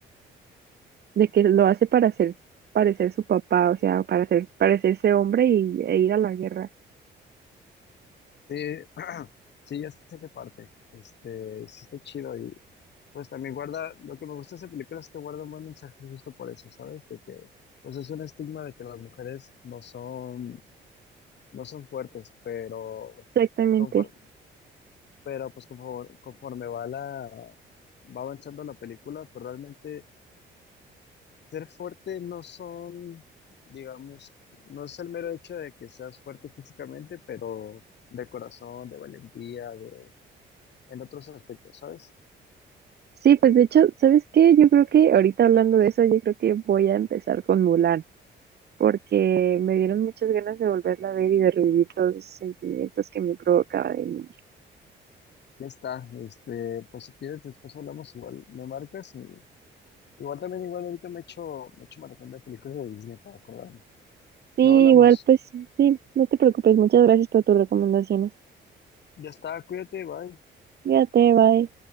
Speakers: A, on the right; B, on the left.
A: de que lo hace para hacer parecer su papá, o sea, para hacer parecerse hombre y e ir a la guerra.
B: Sí, <clears throat> sí, ya sé qué parte, este, sí está chido y pues también guarda, lo que me gusta de esa película es que guarda un buen mensaje justo por eso, ¿sabes? De que, pues es un estigma de que las mujeres no son No son fuertes, pero,
A: Exactamente.
B: conforme, pero pues conforme, conforme va la, va avanzando la película, pues realmente ser fuerte no son, digamos, no es el mero hecho de que seas fuerte físicamente, pero de corazón, de valentía, de, en otros aspectos, ¿sabes?
A: Sí, pues de hecho, ¿sabes qué? Yo creo que ahorita hablando de eso, yo creo que voy a empezar con Mulan, porque me dieron muchas ganas de volverla a ver y de revivir todos esos sentimientos que me provocaba de niña.
B: Ya está, este, pues si quieres después hablamos igual, me marcas y igual también igual ahorita me echo, me echo maratón de películas de Disney para acordarme.
A: Sí,
B: Luego hablamos.
A: igual, pues sí, no te preocupes. Muchas gracias por tus recomendaciones.
B: Ya está, cuídate, bye.
A: Cuídate, bye.